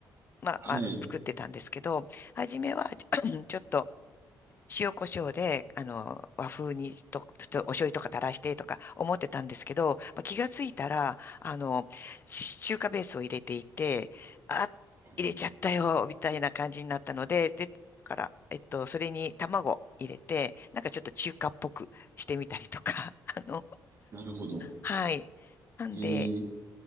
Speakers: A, on the left (about 30°); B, on the right (about 40°).
A: まあ、
B: はい。
A: まあ、作ってたんですけど、初めは <clears throat> ちょっと塩コショウで、あの、和風にと、ちょっとお醤油とか垂らしてとか思ってたんですけど、まあ、気がついたら、あの、し中華ベースを入れていて、あ、
B: はい。
A: 入れちゃったよ、みたいな感じになったので、で、だから、えっと、それに卵入れて、なんかちょっと中華っぽくしてみたりとか、<laughs> あの、
B: なるほど。
A: はい。なんで、
B: へえ。